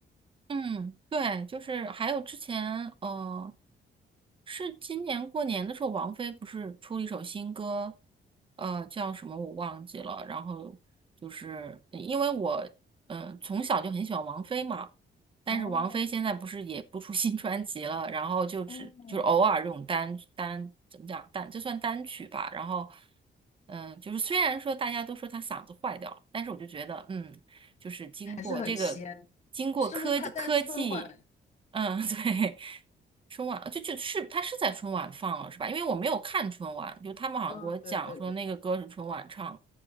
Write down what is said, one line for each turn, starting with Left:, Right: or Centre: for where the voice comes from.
Right: 嗯，对，就是还有之前，呃，是今年过年的时候，王菲不是出了一首新歌，呃，叫什么我忘记了。然后就是因为我，嗯、从小就很喜欢王菲嘛，但是王菲现在不是也不出
Left: 哦
Right: <laughs> 新专辑了，然后就只就是偶尔这种单单怎么讲单，
Left: 哦，
Right: 就算单曲吧。然后，嗯、就是虽然说大家都说她嗓子坏掉了，但是我就觉得，嗯。就是经过这个，
Left: 还是很仙，
Right: 经过科科技，
Left: 是不是他在春晚？
Right: 嗯，<laughs> 对，春晚就就是他是在春晚放了是吧？因为我没有看春晚，就他们好像给我讲说那个歌是春晚唱，
Left: 嗯，对对对，